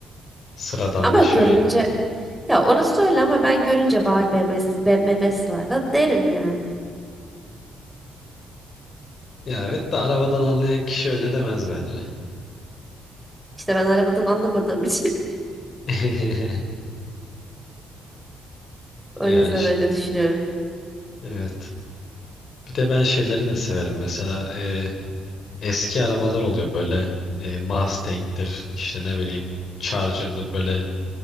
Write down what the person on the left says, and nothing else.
sıradanlaşıyor
ya.
Ya evet de arabadan anlayan kişi öyle demez bence.
<laughs> Ya
ş-
evet. Bir de ben şeyleri de severim. Mesela e, eski arabalar oluyor böyle e, Mustang'dir işte ne bileyim Charger'dır böyle